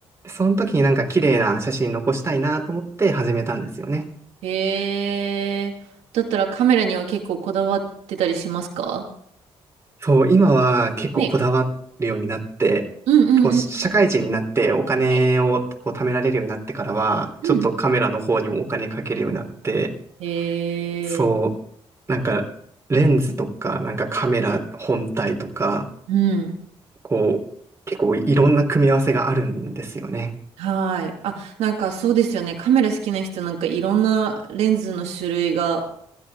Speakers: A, on the right; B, on the right.
A: その時になんか綺麗な写真残したいなと思って始めたんですよね。
B: へえ。だったらカメラには結構こだわってたりしますか
A: そう、今は結構こだわるようになって、
B: はい。うんうんうんうん。
A: こう社会人になってお金をこう貯められるようになってからは、
B: はい。うんう
A: ちょっとカメラの方にもお金かけるようになって、
B: ん。へえ。
A: そう、なんか、レンズとか、なんかカメラ本体とか、
B: うん。
A: こう、結構いろんな組み合わせがあるんですよね。
B: はい。あ、なんかそうですよね。カメラ好きな人なんかいろんなレンズの種類が